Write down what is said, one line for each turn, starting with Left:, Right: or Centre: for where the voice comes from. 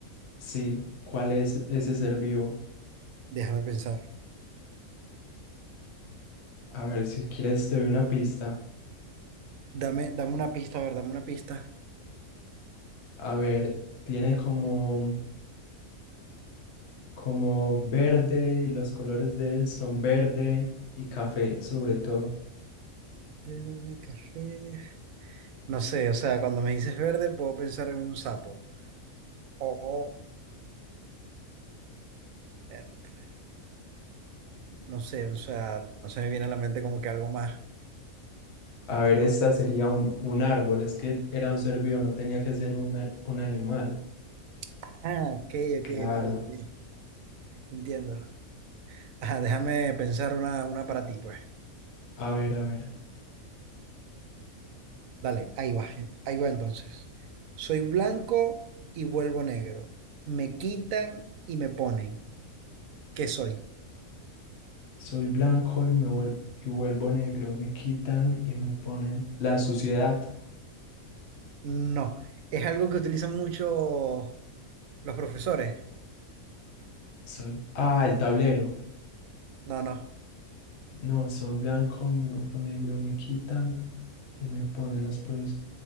Left: Sí, ¿cuál es ese ser vivo?
Right: Déjame pensar.
Left: A ver, si quieres te doy una pista.
Right: Dame, dame una pista, a ver, dame una pista.
Left: A ver, tiene como, como verde, y los colores de él son verde y café, sobre todo.
Right: Verde, café. No sé, o sea, cuando me dices verde puedo pensar en un sapo. O, o- verde. no sé, o sea, no se me viene a la mente como que algo más.
Left: A ver, esta sería un, un árbol, es que era un ser vivo, no tenía que ser una- un animal.
Right: Ah, ok,
Left: Claro.
Right: ok, ok, ok. Entiendo. Ajá, déjame pensar una, una para ti, pues.
Left: A ver, a ver.
Right: Dale, ahí va, eh, ahí va entonces. Soy blanco y vuelvo negro. Me quitan y me ponen. ¿Qué soy?
Left: Soy blanco y me vuel- y vuelvo negro, me quitan y me ponen la suciedad.
Right: No. Es algo que utilizan mucho los profesores.
Left: Soy, ah, el tablero.
Right: No, no.
Left: No, soy blanco, me vuelvo negro, me quitan Y me pone las flores.